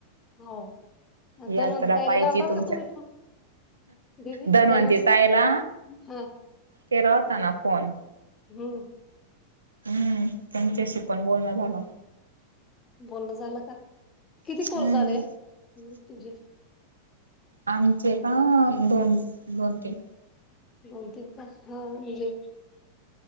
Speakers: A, on the left; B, on the right.
A: हो
B: यात्रा
A: तर मग ताईला
B: पाहायची
A: लावता
B: तुमच्या
A: का तुम्ही फोन? <unintelligible>
B: धन्वंती ताईला
A: हा
B: केला होता ना
A: <unintelligible>
B: फोन
A: हम्म.
B: हम्म, त्यांच्याशी पण बोलण झालं.
A: बोलण झालं का? किती
B: हम्म
A: कॉल झाले तुझे?
B: आमचे का दोन दोन तीन.
A: दोन तीन का. हो म्हणजे.